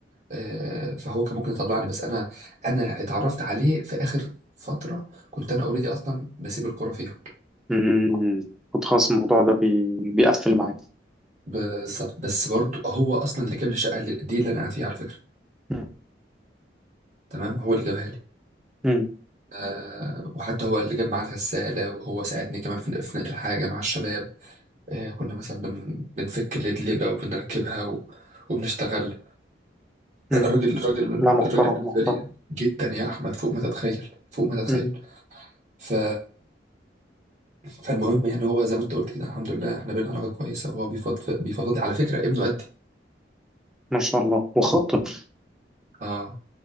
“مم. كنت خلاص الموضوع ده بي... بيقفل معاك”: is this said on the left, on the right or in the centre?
Centre